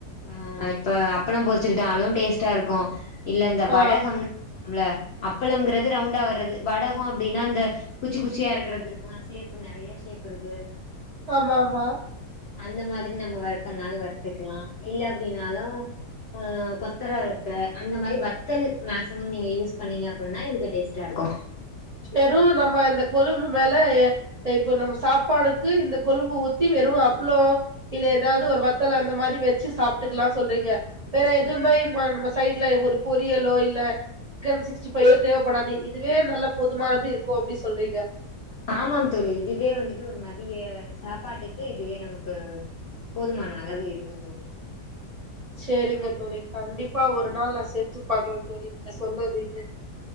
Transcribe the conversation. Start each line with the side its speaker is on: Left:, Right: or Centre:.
Left: அ இப்ப அப்பளம் பொறிச்சுக்கிட்டாலும் டேஸ்ட்டா இருக்கு இல்ல இந்த
Right: ஆ
Left: வடகம் லா அப்பளம்ங்கிறது ரவுண்டா வர்றது வடகோ அப்டின்னா அந்த குச்சி குச்சியா இருக்கிறது இருக்கும் ஷேப் நெறைய ஷேப் இருக்கு
Right: மாமா
Left: அந்த மாதிரி நம்ம வறுக்கனாலு வறுத்துக்கலா இல்ல அப்டின்னாலு அ கொ கொத்தர வத்த அந்த மாரி வத்தல் மேக்சிமம் நீங்க யூஸ் பண்ணீங்க அப்டின்னா இதுக்கு டேஸ்ட்டா இருக்கு
Right: வெறும் நம்ம இந்த கொழும்பு மேலே இப்போ நம்ம சாப்பாடுக்கு இந்த கொழும்பு ஒத்தி வெறும் அப்ளோ இல்ல ஏதாவது ஒரு வத்தல அந்த மாரி வச்சு சாப்ட்டுக்கலா சொல்றீங்க வேற எதுவுமே நம்ம சைடுல ஒரு பொரியலோ இல்ல சிக்கன் சிக்ஸ்டி ஃபைவ் தேவைப்படாது இதுவே நல்ல போதுமானது இருக்கு அப்டி சொல்றீங்க
Left: ஆமாம் தோழி இதுவே வந்துட்டு ஒரு மதிய சாப்பாட்டுக்கு இதுவே நமக்கு போதுமான அளவு இருக்கு தோழி
Right: சரிங்க தோழி கண்டிப்பா ஒரு நாள் நான் செஞ்சு பாக்கறே தோழி நீங்க சொன்னது இது